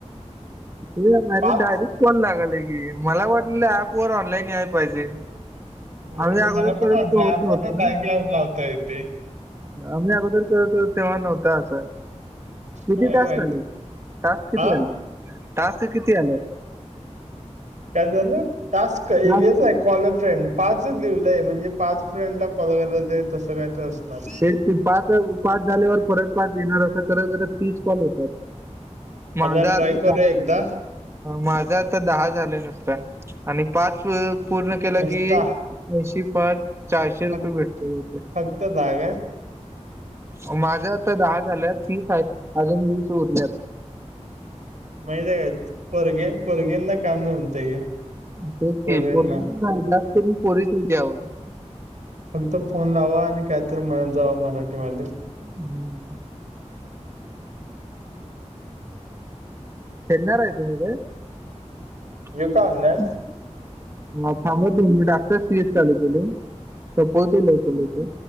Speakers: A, on the right; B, on the right.
A: ते अरे
B: पाच
A: डायरेक्ट कॉल लागालंय की मला वाटलं ऍप वर ऑनलाईन या पाहिजे.
B: होय
A: आम्ही अगोदर
B: मला
A: करत
B: वाटल
A: होतो
B: ऍप
A: होत नव्हतं
B: वरनं डायरेक्ट
A: ना
B: लावता येते.
A: आम्ही अगोदर करत होतो तेव्हा नव्हता असं. किती
B: काय
A: टास्क
B: माहित
A: आले टास्क किती
B: हा
A: आले? टास्क किती आल्यात?
B: काय झालं? टास्क हेच
A: टास्क
B: हाय कॉल अ फ्रेंड. पाच लिव्हालय म्हणजे पाच फ्रेंडला कॉल करायचं तसं काय तर असणार.
A: हे ते पाच पाच झाल्यावर परत पाच येणार असं करत करत तीस कॉल येत्यात. माझ
B: आता ट्राय
A: आदीचा
B: करूया एकदा
A: माझं आता दहा झालंय नुसतं आणि पाच पूर्ण केलं
B: नुसता
A: की असे पाच चारशे रुपये
B: फक्
A: भेटले होते.
B: फक्त दहा काय?
A: मग माझं आता दहा झाल्यात तीस हायत अजून वीस उरल्यात.
B: माहिती हाय काय पोरगी-पोरगींना काम जमतय हे.
A: तेच
B: पोरींना
A: की पोरगं जास्त करून पोरीच हायत हेज्याव.
B: फक्त फोन लावा आणि कायतर म्हणत जावा मराठीमध्ये.
A: हम्. खेळणार हाय तु उद्या? <inaudible>
B: येऊ का ऑनलाईन
A: म थांबा दोन मिनिट आताशी एक चालुकेलय सपावतुय लवकर लवकर.